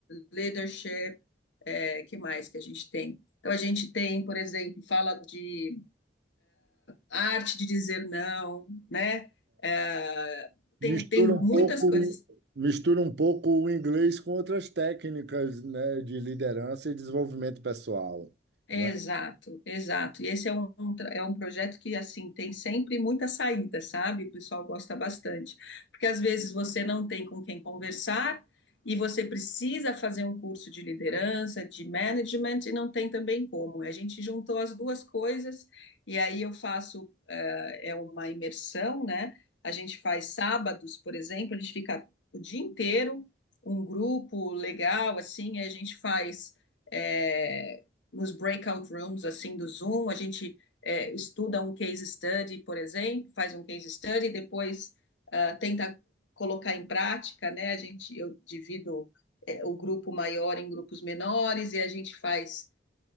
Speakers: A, on the left; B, on the right.
A: leadership, é, que mais que a gente tem? Então, a gente tem, por exemplo, fala de arte de dizer não, né? É, tem,
B: Mistura
A: tem muitas
B: um pouco,
A: coisas
B: mistura um pouco o inglês com outras técnicas, né, de liderança e desenvolvimento pessoal,
A: Exato,
B: né?
A: exato. E esse é um, um tra- é um projeto que, assim, tem sempre muita saída, sabe? O pessoal gosta bastante. Porque às vezes você não tem com quem conversar e você precisa fazer um curso de liderança, de management, e não tem também como. A gente juntou as duas coisas e aí eu faço, eh, é uma imersão, né? A gente faz sábados, por exemplo, a gente fica o dia inteiro, um grupo legal, assim, e a gente faz. eh, nos breakout rooms assim do Zoom, a gente é, estuda um case study, por exemplo, faz um case study, depois uh, tenta colocar em prática, né? A gente eu divido é, o grupo maior em grupos menores e a gente faz